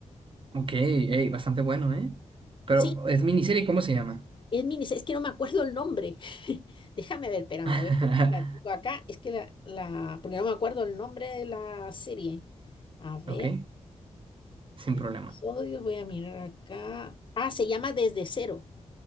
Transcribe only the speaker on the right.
Ok. Ey, bastante bueno, ¿eh? Pero
es miniserie, ¿cómo se llama?
<laughs>
Ok, sin
problema.